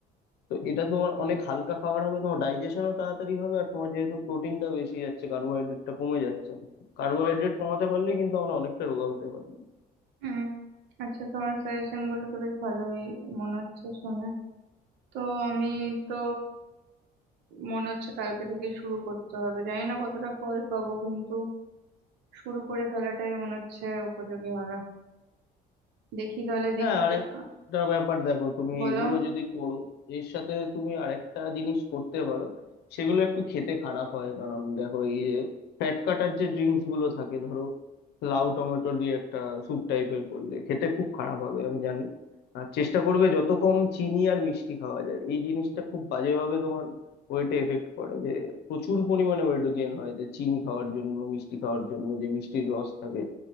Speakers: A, on the left; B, on the right.
A: তো এটা তোমার অনেক হালকা খাবার হবে তোমার ডাইজেশনও তাড়াতাড়ি হবে আর তোমার যেহেতু প্রোটিনটা বেশি যাচ্ছে কার্বোহাইড্রেটটা কমে যাচ্ছে কার্বোহাইড্রেট কমাতে পারলে কিন্তু আমরা অনেকটা রোগা হতে পারি
B: উম, আচ্ছা তোমার সাজেশন গুলো তো বেশ ভালোই মনে হচ্ছে শুনে তো আমি তো মনে হচ্ছে কালকে থেকে শুরু করতে হবে জানি না কতটা ফল পাবো কিন্তু শুরু করে ফেলাটাই মনে হচ্ছে উপযোগী হবে দেখি তাহলে
A: হ্যাঁ
B: দেখি
A: আরেকটা
B: তা-
A: ব্যাপার দেখো তুমি
B: বলো
A: এগুলো যদি করো এর সাথে তুমি আরেকটা জিনিস করতে পারো সেগুলো একটু খেতে খারাপ হয় কারণ দেখো এই যে ফ্যাট কাটার যে ড্রিঙ্কস গুলো থাকে ধরো লাউ টমেটো দিয়ে একটা স্যুপ টাইপের করলে খেতে খুব খারাপ হবে আমি জানি আর চেষ্টা করবে যত কম চিনি আর মিষ্টি খাওয়া যায় এই জিনিসটা খুব বাজেভাবে তোমার ওয়েটে এফেক্ট করে যে প্রচুর পরিমাণে ওয়েট গেইন হয় যে চিনি খাওয়ার জন্য মিষ্টি খাওয়ার জন্য যে মিষ্টির রস থাকে